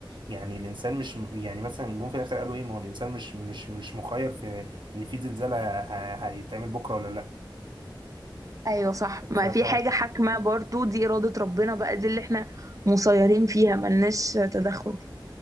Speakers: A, on the right; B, on the right.
A: يعني الانسان مش يعني مثلا جم في الاخر قالوا ايه ما هو الانسان مش مش مش مخير في ان في زلزال ه- هيتعمل بكره ولا لا
B: ايوه صح ما
A: ف ف
B: في حاجة حاكمة برضو دي إرادة ربنا بقى دي اللي احنا مسيرين فيها ملناش تدخل